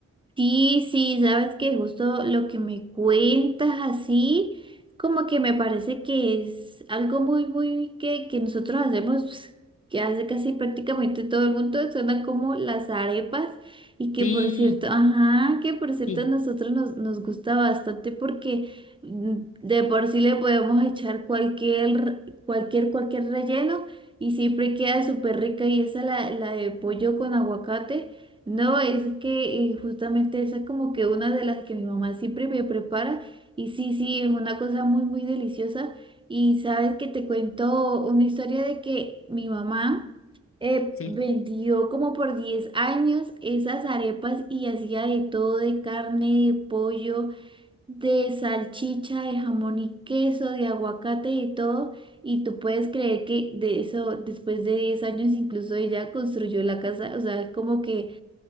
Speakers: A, on the right; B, on the left.
A: Sí, sí, sabes que justo lo que me cuentas así, como que me parece que es algo muy, muy que, que nosotros hacemos, pues, que hace casi prácticamente todo el mundo, suena como las arepas y que
B: Sí,
A: por cierto, ajá, que por cierto
B: sí,
A: a nosotros nos, nos gusta bastante porque mm, de por sí le podemos echar cualquier, cualquier, cualquier relleno y siempre queda súper rica y esa la, la de pollo con aguacate. No, es que eh, justamente esa es como que una de las que mi mamá siempre me prepara y sí, sí, es una cosa muy, muy deliciosa. Y sabes que te cuento una historia de que mi mamá eh,
B: sí.
A: vendió como por 10 años esas arepas y hacía de todo, de carne, de pollo, de salchicha, de jamón y queso, de aguacate y todo. Y tú puedes creer que de eso, después de 10 años, incluso ella construyó la casa, o sea, como que...